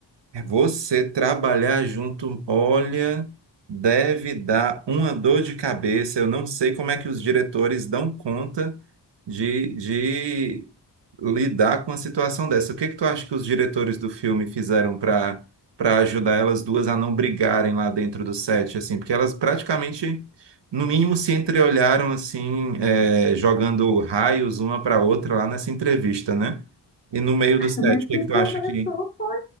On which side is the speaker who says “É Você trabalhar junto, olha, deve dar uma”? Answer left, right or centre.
Right